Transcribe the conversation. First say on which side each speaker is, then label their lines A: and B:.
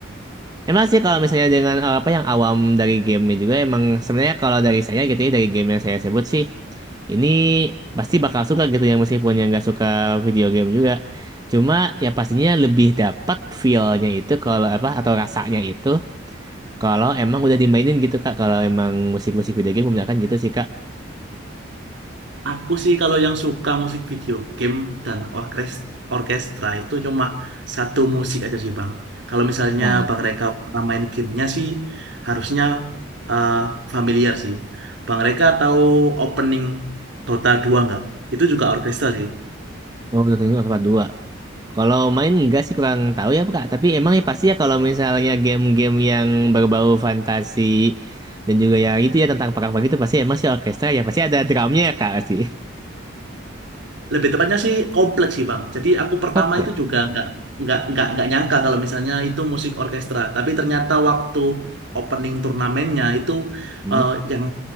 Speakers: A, on the right (about 20°); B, on the right (about 60°).
A: emang sih kalau misalnya dengan eh, apa yang awam dari gamenya juga emang sebenarnya kalau dari saya gitu ya dari game yang saya sebut sih ini pasti bakal suka gitu ya meskipun yang nggak suka video game juga cuma ya pastinya lebih dapat feel-nya itu kalau apa atau rasanya itu kalau emang udah dimainin gitu Kak, kalau emang musik-musik video game kebanyakan gitu sih Kak.
B: Aku sih kalau yang suka musik video game dan orkes- orkestra itu cuma satu musik aja sih bang. Kalau misalnya
A: Nah,
B: bang Reka pernah main gamenya sih harusnya eh, familiar sih. Bang Reka tahu opening Dota dua nggak? Itu juga orkestra sih.
A: oh menurutnya Otopat 2. Kalau main enggak sih kurang tahu ya Kak, tapi emang ya pasti ya kalau misalnya game-game yang berbau fantasi dan juga ya itu ya tentang perang-perang itu pasti emang sih orkestra ya pasti ada drumnya ya Kak pasti.
B: Lebih tepatnya sih kompleks sih Bang. Jadi aku
A: <laughs>
B: pertama
A: Koplet.
B: itu juga nggak nggak nggak nggak nyangka kalau misalnya itu musik orkestra. Tapi ternyata waktu opening turnamennya itu
A: Hmm?
B: eh, yang